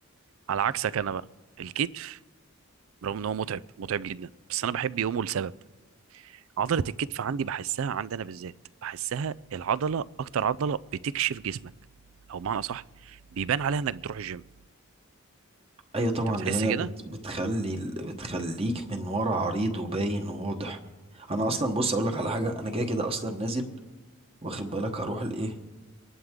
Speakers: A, on the right (about 70°); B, on the right (about 25°).
A: على عكسك انا بقى الكتف رغم ان هو متعب متعب جدا بس انا بحب يومه لسبب عضلة الكتف عندي بحسها عندنا بالذات بحسها العضلة أكتر عضلة بتكشف جسمك أو بمعنى أصح بيبان عليها إنك بتروح الجيم
B: أيوة طبعا
A: أنت بتحس
B: لأن هي
A: كده
B: بت بتخلي ال- بتخليك من ورا عريض وباين وواضح أنا أصلا بص أقولك على حاجة أنا كده كده أصلا نازل واخد بالك هروح الإيه